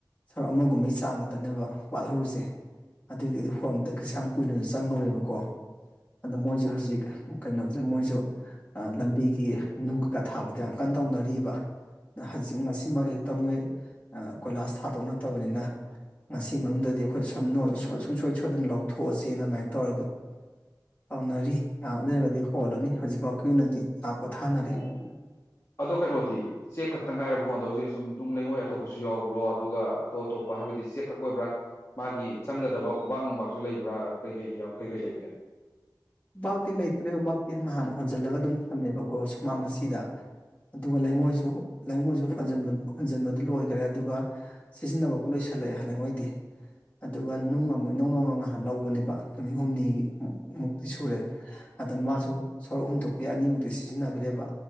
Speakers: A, on the left; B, on the left.
A: ꯁꯔꯨꯛ ꯑꯃꯒꯨꯝꯕꯩ ꯆꯥꯡ ꯉꯛꯇꯅꯦꯕ ꯋꯥꯠꯍꯧꯔꯤꯁꯦ ꯑꯗꯨꯏꯗꯨꯗꯤ ꯍꯣꯟꯕꯗ ꯀꯩꯁ ꯌꯥꯝ ꯀꯨꯏꯅ ꯆꯪꯉꯨꯔꯦꯕꯀꯣ ꯑꯗ ꯃꯣꯏꯁꯨ ꯍꯧꯖꯤꯛ ꯀꯩꯅꯣ ꯃꯣꯏꯁꯨ ꯂꯝꯕꯤꯒꯤ ꯅꯨꯡ ꯀꯩꯀꯥ ꯊꯥꯕꯗ ꯌꯥꯝ ꯀꯟꯅ ꯇꯧꯅꯔꯤꯕ ꯍꯧꯖꯤꯛ ꯉꯁꯤꯃꯛ ꯍꯦꯛꯇ ꯃꯣꯏ ꯀꯣꯏꯂꯥꯁ ꯊꯥꯗꯧ ꯅꯠꯇꯕꯅꯤꯅ ꯉꯁꯤ ꯃꯅꯨꯡꯗꯗꯤ ꯑꯩꯈꯣꯏꯅ ꯁ ꯁꯨꯡꯁꯣꯏ ꯁꯣꯏꯗꯅ ꯂꯧꯊꯣꯛꯑꯁꯦꯅ ꯑꯗꯨꯃꯥꯏꯅ ꯇꯧꯔꯒ ꯇꯧꯅꯔꯤ ꯉꯥꯛ ꯂꯩꯔꯒꯗꯤ ꯍꯣꯜꯂꯅꯤ ꯍꯧꯖꯤꯛꯐꯥꯎꯒꯤ ꯑꯣꯏꯅꯗꯤ ꯉꯍ ꯄꯣꯊꯥꯅꯔꯤ
B: ꯑꯣ ꯑꯗꯣ ꯀꯩꯅꯣꯗꯤ ꯆꯦꯛ ꯈꯛꯇ ꯉꯥꯏꯔꯕ ꯍꯣꯟꯗꯧꯁꯦ ꯁꯨꯝ ꯅꯨꯡ ꯂꯩꯉꯣꯏ ꯑꯇꯣꯞꯄꯁꯨ ꯌꯥꯎꯕ꯭ꯔꯣ ꯑꯗꯨꯒ ꯑꯇꯣꯞ ꯑꯇꯣꯞꯄ ꯍꯥꯏꯕꯗꯤ ꯆꯦꯛ ꯈꯛ ꯑꯣꯏꯕ꯭ꯔꯥ ꯃꯥꯒꯤ ꯆꯪꯒꯗꯕ ꯎꯄꯥꯛꯥꯛ ꯅꯨꯡꯄꯥꯛꯁꯨ ꯂꯩꯕ꯭ꯔꯥ ꯀꯩꯀꯩ ꯀꯩꯀꯩ ꯂꯩꯒꯦ
A: ꯕꯥꯛꯇꯤ ꯂꯩꯇ꯭ꯔꯦ ꯎꯕꯥꯛꯇꯤ ꯍꯥꯟꯅ ꯍꯣꯟꯖꯤꯜꯂꯒ ꯑꯗꯨꯝ ꯊꯝꯃꯦꯕꯀꯣ ꯁꯨꯃꯥꯡ ꯃꯆꯗ ꯑꯗꯨꯒ ꯂꯩꯉꯣꯏꯁꯨ ꯂꯩꯉꯣꯏꯁꯨ ꯍꯟꯖꯟꯕꯗꯨ ꯂꯣꯏꯈ꯭ꯔꯦ ꯑꯗꯨꯒ ꯁꯤꯖꯤꯟꯅꯕꯕꯨ ꯂꯣꯏꯁꯤꯜꯂꯛꯑꯦ ꯍꯜꯂꯤꯉꯣꯏꯗꯤ ꯑꯗꯨꯒ ꯅꯨꯡ ꯑꯃꯨꯛ ꯏꯅꯧ ꯅꯧꯅ ꯉꯍꯥꯟ ꯂꯧꯕꯅꯦꯕ ꯅꯨꯃꯤꯠ ꯍꯨꯝꯅꯤꯒꯤ ꯑꯃꯨꯛꯨꯛ ꯑꯗꯨ ꯁꯨꯔꯦ ꯑꯗ ꯃꯥꯁꯨ ꯁꯔꯨꯛ ꯑꯍꯨꯝ ꯊꯣꯛꯄ ꯑꯅꯤꯃꯨꯛꯇꯤ ꯁꯤꯖꯤꯟꯅꯈ꯭ꯔꯦꯕ